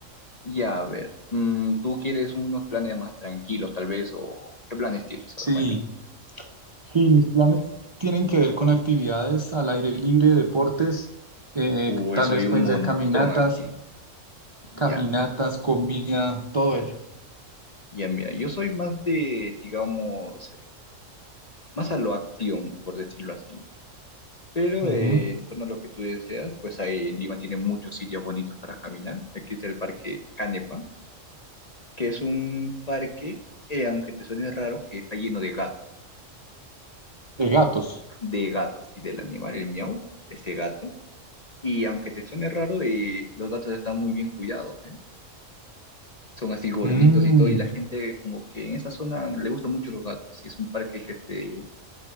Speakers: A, on the left; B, on the right.
A: Ya, a ver, mm, ¿tú quieres unos planes más tranquilos, tal vez? ¿O qué planes tienes?
B: Sí,
A: A ver, cuéntame.
B: Sí, mis planes tienen que ver con actividades al aire libre, deportes, eh,
A: Uy,
B: tal
A: soy
B: vez
A: un
B: pueden
A: montón
B: ser caminatas,
A: aquí.
B: caminatas,
A: Ya,
B: comida, todo eso.
A: ya, mira, yo soy más de, digamos, eh, más a lo acción, por decirlo así. Pero
B: Ujú.
A: eh, en torno a lo que tú deseas, pues ahí en Lima tiene muchos sitios bonitos para caminar. Existe el Parque Canepa que es un parque, eh, aunque te suene raro, que está lleno de gatos,
B: De gatos.
A: de gatos y del animal, el miau, este gato. Y aunque te suene raro, eh, los gatos están muy bien cuidados, ¿eh? Son así gorditos
B: Mm,
A: y todo, y la gente como que en esa zona le gustan mucho los gatos, y es un parque que se,